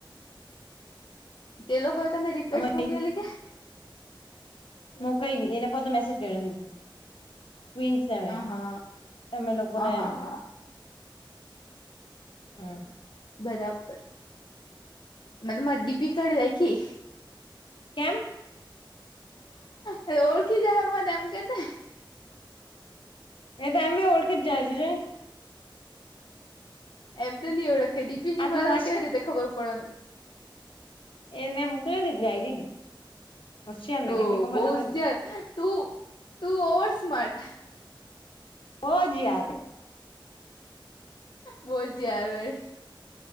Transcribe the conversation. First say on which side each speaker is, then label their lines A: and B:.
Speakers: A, on the left (about 60°); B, on the left (about 85°).
A: તે લોકોએ તમને રિક્વેસ્ટ
B: અમે
A: મોકલેલી કે,
B: મોકાઈ ગઈ, એ લોકો તો મેસેજ કર દીધું. <unintelligible>
A: હા
B: તમે લોકોટ
A: અ
B: એમ.
A: હા
B: હા.
A: બરાબર. મેતો મારી ડીપી કાઢી લાયખી.
B: કેમ.
A: હ ઓળખી જવા નુ હોય ને એમન કેને
B: એ તો એમબી ઓળખીજ જહે જોજો ની.
A: એમ તો ની ઓળખીયે, ડીપિ ની
B: આટલું
A: મલે
B: વાંચની
A: તો કેવી રીતે ખબર પડવાની
B: એને મોકલી દીધી આઈડી હોશિયાર મેં
A: ઓ
B: કેટલી ખબર
A: બહુ
B: તો
A: હોશિયાર,
B: ખરી
A: તું તું ઓવર સ્માર્ટ
B: બોજ યાર.
A: બો જ યાર વાળી